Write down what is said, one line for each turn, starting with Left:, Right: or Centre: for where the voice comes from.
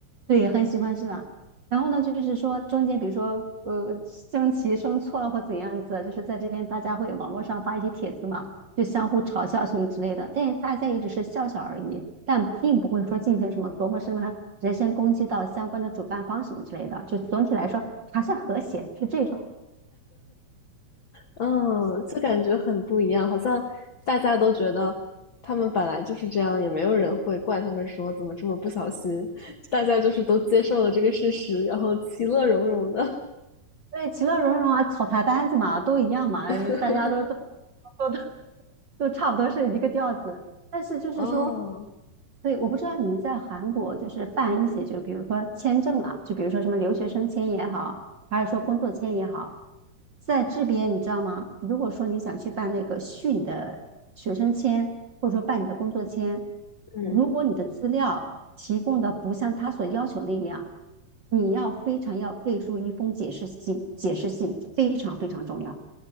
Right: 对，很喜欢是吧？然后呢，就是说中间比如说呃升旗升错了或怎样子，就是在这边大家会网络上发一些帖子嘛，就相互嘲笑什么之类的，但是大家也只是笑笑而已，但并不会说进行什么多么什么人身攻击到相关的主办方什么之类的，就总体来说还算和谐，是这种。
Left: 嗯，就感觉很不一样，好像大家都觉得他们本来就是这样，也没有人会怪他们说怎么这么不小心，<laughs> 大家就是都接受了这个事实，然后其乐融融的。
Right: 对，其乐融融啊，草台班子嘛，都一样嘛，
Left: <laughs>
Right: 大家都都都都都差不多是一个调子。但是就是说，
Left: 哦，
Right: 对，我不知道你们在韩国就是办一些，就比如说签证啊，就比如说什么留学生签也好，还是说工作签也好，在这边你知道吗？如果说你想去办那个续你的学生签，或者说办你的工作签，
Left: 嗯，
Right: 如果你的资料提供的不像他所要求那样，你要非常要备注一封解释信，解释信非常非常重要。